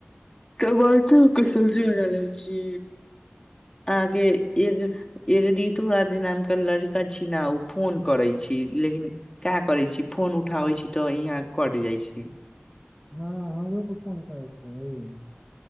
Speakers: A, on the left; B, in the centre.
A: टमाटर के सब्जी बना लेबे छी अहाँके एक एक ऋतु राज नामके लड़िका छी ने ओ फोन करै छी लेकिन क करै छी फोन उठाबै छी तऽ यहाँ कट जाइ छी
B: हँ हमरोके फोन करै छी